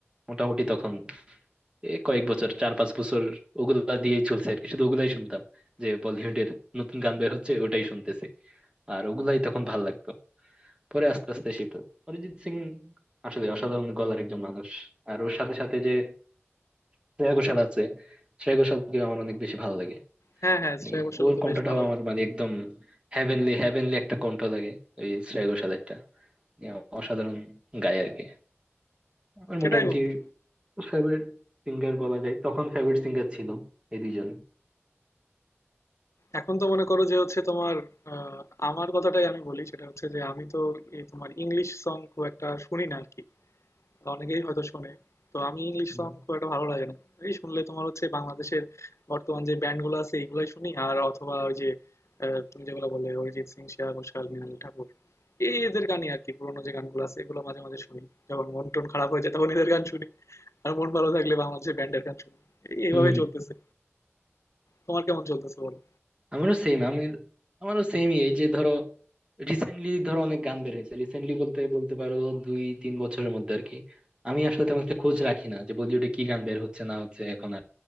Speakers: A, on the right; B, on the left.
A: মোটামুটি তখন এ কয়েক বছর চার পাঁচ বছর ওগুলা দিয়েই চলছে আর কি শুধু ওগুলাই শুনতাম যে বলিউডের নতুন গান বের হচ্ছে ওটাই শুনতেছি আর ওগুলাই তখন ভাল লাগতো পরে আস্তে আস্তে শিফট অরিজিৎ সিং আসলে অসাধারণ গলার একজন মানুষ আর ওর সাথে সাথে যে শ্রেয়া ঘোষাল আছে শ্রেয়া ঘোষালকে আমার অনেক বেশি ভালো লাগে
B: হ্যাঁ হ্যাঁ
A: মানে
B: শ্রেয়া ঘোষালও
A: ওর
B: তো
A: কণ্ঠটাও
B: বেশ ভালো
A: আমার
B: গান গায়।
A: মানে একদম হ্যাভেনলি হ্যাভেনলি একটা কণ্ঠ লাগে ওই শ্রেয়া ঘোষালেরটা অসাধারণ গায় আর কি আমার
B: সেটাই
A: মোটামুটি
B: বন্ধু
A: ফেভারিট সিঙ্গার বলা যায় তখন ফেভারিট সিঙ্গার ছিল এই দুইজন
B: এখন তো মনে করো যে হচ্ছে তোমার আহ, আমার কথাটাই আমি বলি সেটা হচ্ছে যে আমি তো এই তোমার ইংলিশ সং খুব একটা শুনি না আর কি অনেকেই হয়তো শোনে তো আমি ইংলিশ
A: হুম
B: সং খুব একটা ভালো লাগে না এই শুনলে তোমার হচ্ছে বাংলাদেশের বর্তমান যে ব্যান্ড গুলো আছে এইগুলাই শুনি আর অথবা ওই যে আহ, তুমি যেগুলো বলে অরিজিৎ সিং শ্রেয়া ঘোষাল মৃণাল ঠাকুর এই এদের গানই আর কি পুরোনো যে গানগুলো আছে এগুলো মাঝে মাঝে শুনি যখন মন টন খারাপ হয়ে যায় তখন এদের গান শুনি আর মন ভালো থাকলে বাংলাদেশের ব্যান্ডের গান শুনি এই- এইভাবেই
A: হুম,
B: চলতেছে তোমার কেমন চলতেছে বলো
A: আমারও সেম আমি আমারও সেমই এই যে ধরো রিসেন্টলি ধরো অনেক গান বের হয়েছে রিসেন্টলি বলতে বলতে পারো দুই তিন বছরের মধ্যে আর কি আমি আসলে তেমন একটা খোঁজ রাখি না যে বলিউডে কি গান বের হচ্ছে না হচ্ছে এখন আর